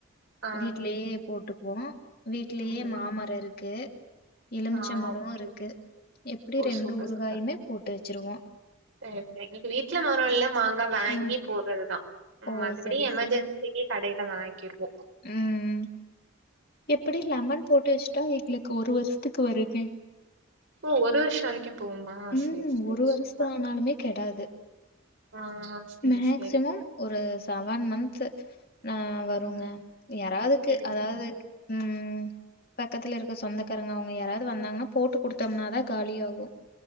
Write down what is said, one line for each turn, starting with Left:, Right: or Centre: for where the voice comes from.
Right: ஆ
Left: வீட்லேயே போட்டுபோ வீட்லேயே
Right: ம்
Left: மாமரம் இருக்கு எலுமிச்ச
Right: ஆ
Left: மரோ
Right: ஓகே
Left: இருக்கு
Right: ஓகே
Left: எப்டி
Right: ஓ
Left: ரெண்டு
Right: சூப்பர்
Left: உறுகாயுமே
Right: சூப்பர்
Left: போட்டு வச்சிருவோ
Right: சரி சரி எங்களுக்கு வீட்ல மரோ எல்லா மாங்கா வாங்கி
Left: ம்.
Right: போடுறதுதா ம்
Left: ஓ!
Right: மத்தபடி
Left: சரி,
Right: எமர்ஜென்சிக்கு கடையில வாங்கிக்கிருவோ
Left: ம் ம் எப்டி லெமன் போட்டு வச்சுட்டா எங்களுக்கு ஒரு வருஷத்துக்கு வருங்க
Right: ஓ ஒரு வருஷ வரைக்கு போகுமா
Left: ம்
Right: சரி சரி
Left: ஒரு வருஷம்
Right: சூப்பர்
Left: ஆனாலுமே கெடாது
Right: ஆ சரி
Left: மேக்சிமம்
Right: சரி
Left: ஒரு செவன் மந்த்து ஆ வருங்க
Right: ஆ,
Left: யாராவதுக்கு
Right: ஓ
Left: அதாவது ம் ம் பக்கத்துல இருக்க சொந்தக்காரங்க அவங்க யாராவது வந்தாங்கன்னா போட்டு குடுத்தம்னா தா காலியாகு